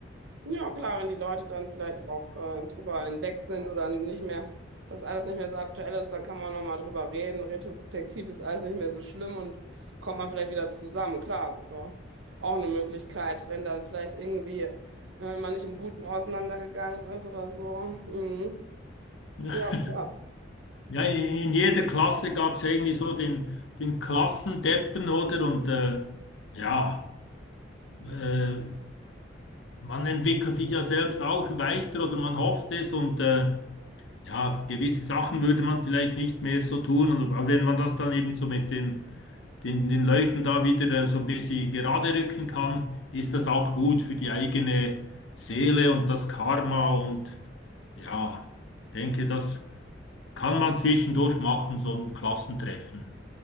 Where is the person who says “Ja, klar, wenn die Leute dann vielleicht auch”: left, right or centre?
Right